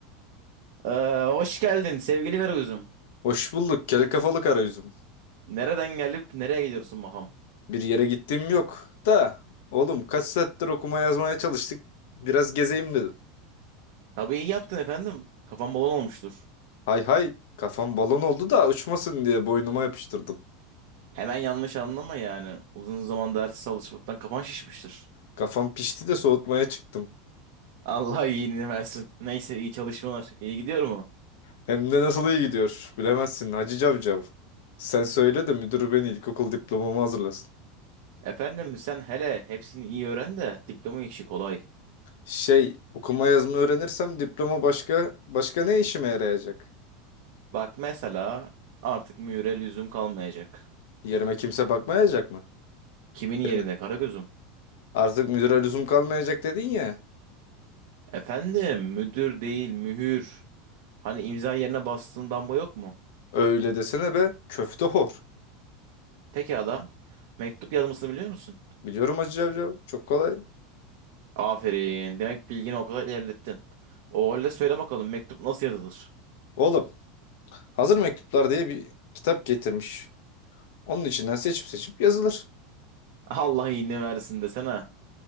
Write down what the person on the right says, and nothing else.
Ee, hoş geldin sevgili Karagöz'üm.
Nereden gelip nereye gidiyorsun bakalım?
Tabii iyi yaptın efendim. Kafam balon olmuştur.
Hemen yanlış anlama yani. Uzun zaman ders çalışmaktan kafan şişmiştir.
Allah iyiliğini versin. Neyse iyi çalışmalar. İyi gidiyor mu?
Efendim sen hele hepsini iyi öğren de diploma işi kolay.
Bak mesela artık mühüre lüzum kalmayacak.
Kimin yerine
Karagöz'üm?
Efendim müdür değil mühür. Hani imza yerine bastığın damga yok mu?
Pekala. Mektup yazmasını biliyor musun?
Aferin. Demek bilgini o kadar ilerlettin. O halde söyle bakalım mektup nasıl yazılır?
Allah iyiliğini versin desene.